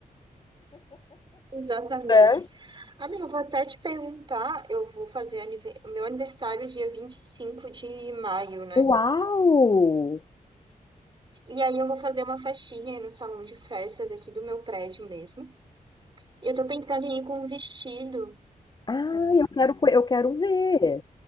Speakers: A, on the right; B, on the left.
A: Exatamente.
B: É.
A: Amigo, eu vou até te perguntar, eu vou fazer anive- o meu aniversário é dia 25 de maio, né?
B: Uau!
A: E aí eu vou fazer uma festinha aí no salão de festas aqui do meu prédio mesmo. E eu tô pensando em ir com um vestido.
B: Ah, eu quero, co- eu quero ver.